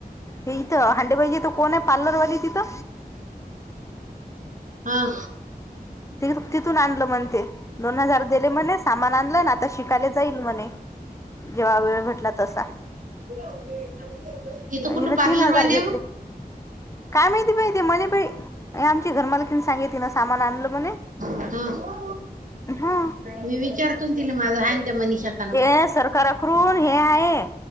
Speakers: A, on the left; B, on the right.
A: हे इथं हंडेबाई च्या हीथ कोण आहे पार्लरवाली तिथं
B: हा,
A: ते तिथून आणलं म्हणते. दोन हजार दिले म्हणे सामान आणलं ना आता शिकायले जाईल म्हणे. जेव्हा वेळ भेटला तसा.
B: <unintelligible> कुठं
A: हन
B: पार्लर
A: तीन हजार
B: वाली आहे
A: घेतले
B: हो?
A: काय माहिती बा ते म्हणे बा आमची घरमालकीन सांगे तिं सामान आणलं. ब
B: हा
A: हा.
B: मी विचारतून तिला माझं ह त्या मनषातच.
A: ते सरकारकडून हे आहे.